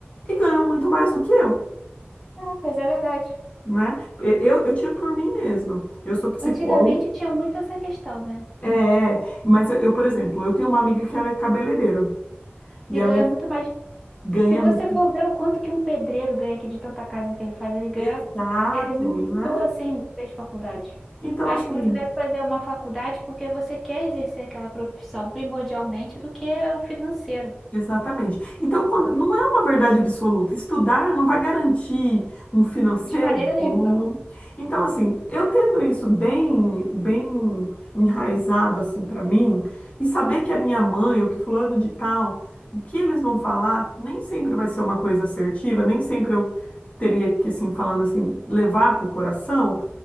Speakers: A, on the left (about 35°); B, in the centre.
A: e ganham muito mais do que eu,
B: Ah, mas é verdade.
A: né? E- Eu, eu tiro por mim mesma. Eu sou psicóloga,
B: Antigamente tinha muito essa questão, né?
A: é, mas eu, eu, por exemplo, eu tenho uma amiga que ela é cabeleireira e
B: De
A: ela
B: ganhar muito mais
A: ganha
B: Se você
A: muito.
B: for ver o quanto que um pedreiro ganha aqui de tanta casa que ele faz, ele ganha.
A: Exato,
B: Ele não estudou
A: né?
B: assim, não fez faculdade.
A: Então,
B: Eu
A: assim,
B: acho que você deve fazer uma faculdade porque você quer exercer aquela profissão primordialmente do que o financeiro.
A: Exatamente. Então, quando- não é uma verdade absoluta. Estudar não vai garantir um financeiro
B: De maneira nenhuma.
A: bom. Então, assim, eu tendo isso bem, bem enraizado assim para mim e saber que a minha mãe ou que fulano de tal, o que eles vão falar, nem sempre vai ser uma coisa assertiva, nem sempre eu teria que assim falando assim levar para o coração.